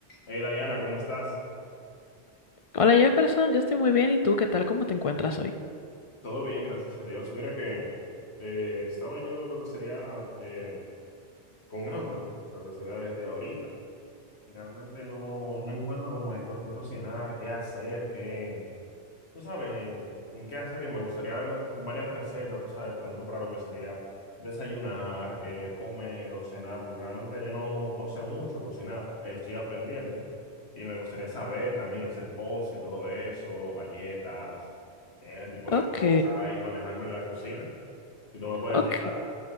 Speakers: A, on the left (about 75°); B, on the left (about 55°).
A: Hey Diana, ¿cómo estás?
B: Hola Jefferson, yo estoy muy bien. ¿Y tú qué tal? ¿Cómo te encuentras hoy?
A: Todo bien, gracias a Dios. Mira que eh, estaba yo lo que sería eh, con hambre, lo que sería desde ahorita. Realmente no, no encuentro como de co- qué cocinar, qué hacer, qué, Tú sabes, en, en qué hacer y me gustaría algo- varias recetas, tú sabes, tanto para lo que sería desayunar, eh, comer o cenar, porque realmente yo no, no sé mucho cocinar, eh, estoy aprendiendo y me gustaría saber también hacer postres y todo eso, galletas, ese tipo de
B: Ok,
A: cosas y manejarme en la cocina. Si tú me puedes
B: ok.
A: ayudar.